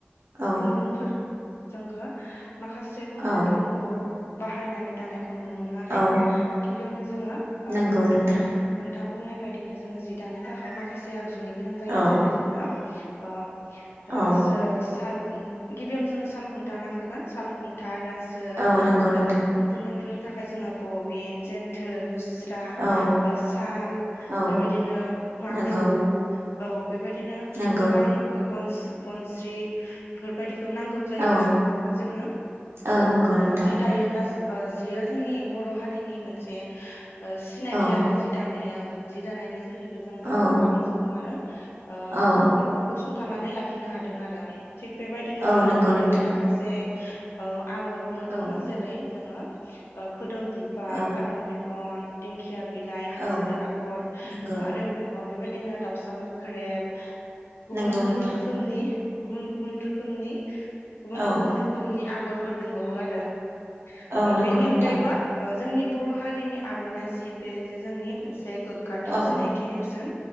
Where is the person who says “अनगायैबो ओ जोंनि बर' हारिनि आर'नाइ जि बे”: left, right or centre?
Left